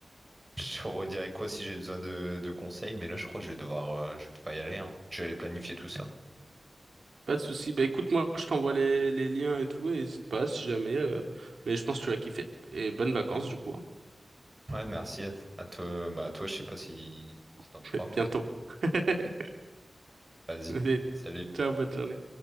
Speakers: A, on the right; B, on the right.
A: je te redirai quoi si j'ai besoin de, de conseils, mais là, je crois que je vais devoir, euh, je vais devoir y aller, hein. Je vais aller planifier tout ça.
B: <laughs> Pas de souci. Bah écoute, moi, je t'envoie les, les liens et tout, et n'hésite pas si jamais. euh, Mais je pense que tu vas kiffer. Et bonnes vacances, du coup. hein.
A: Ouais, merci à, à toi. Bah, à toi, je sais pas si, si t'en
B: <laughs>
A: auras, mais
B: Bientôt. <laughs>
A: vas-y.
B: Allez,
A: Salut.
B: ciao, bonne journée.